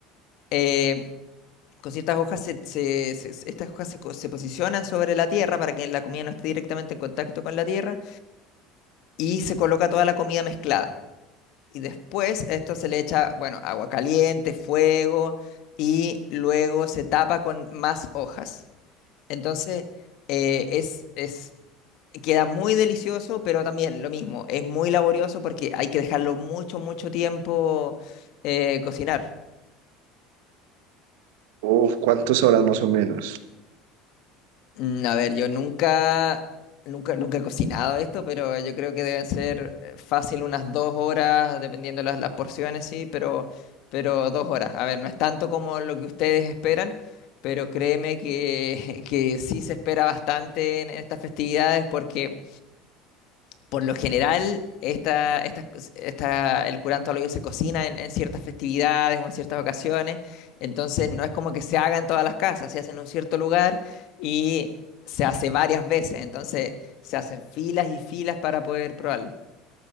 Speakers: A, on the left; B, on the right.
A: eh, con ciertas hojas, se, se- se- se- estas hojas se, co- se posicionan sobre la tierra para que la comida no esté directamente en contacto con la tierra y se coloca toda la comida mezclada. Y después a esto se le echa, bueno, agua caliente, fuego y luego se tapa con más hojas. Entonces, eh, es, es, queda muy delicioso, pero también lo mismo, es muy laborioso porque hay que dejarlo mucho, mucho tiempo eh, cocinar.
B: Uf, ¿cuántas horas más o menos?
A: Mm, A ver, yo nunca, nunca, nunca he cocinado esto, pero yo creo que deben ser eh, fácil unas dos horas, dependiendo de las, las porciones, sí, pero, pero dos horas. A ver, no es tanto como lo que ustedes esperan, pero créeme que, <laughs> que sí se espera bastante en estas festividades porque por lo general, esta, esta- esta- el curanto al hoyo se cocina en, en ciertas festividades o en ciertas ocasiones, entonces no es como que se haga en todas las casas, se hace en un cierto lugar y se hace varias veces, entonces se hacen filas y filas para poder probarlo.